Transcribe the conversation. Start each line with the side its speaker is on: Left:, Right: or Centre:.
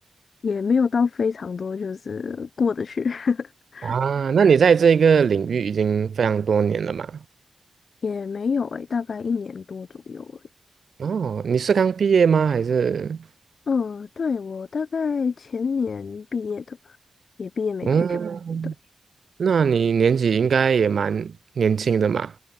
Left: 也没有到非常多，就是过得去，<laughs>
Right: <laughs> 啊。那你在这个领域已经非常多年了嘛？
Left: 也没有诶、大概一年多左右诶、
Right: 哦，你是刚毕业吗？还是？
Left: 嗯，对，我大概前年毕业的吧，也毕业没多久。
Right: 嗯，
Left: 对，
Right: 那你年纪应该也蛮年轻的嘛？